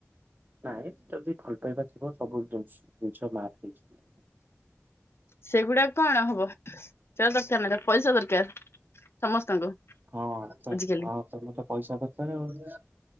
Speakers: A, on the right; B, on the left.
A: ନାଇଁ ଯଦି ଭଲ ପାଇବା ଥିବ ସବୁ ଜିନିଷ ମାଫ ହେଇଯିବ।
B: ସେଗୁଡା କଣ ହବ ସେ ଦରକାର ନାହିଁ ପଇସା ଦରକାର ସମସ୍ତଙ୍କୁ।
A: ହଁ ତ
B: ଆଜିକାଲି
A: ହଁ ତ ମତେ ପଇସା ଦରକାର ଆଉ।